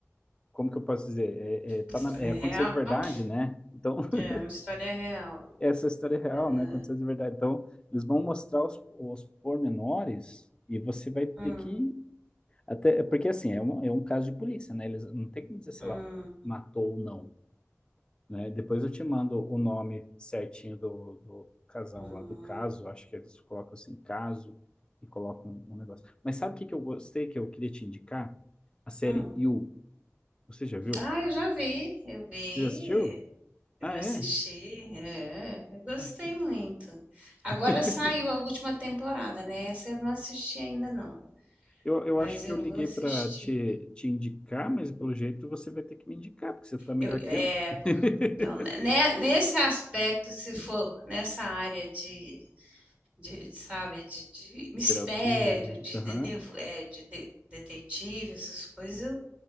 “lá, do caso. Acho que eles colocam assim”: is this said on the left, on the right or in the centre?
Left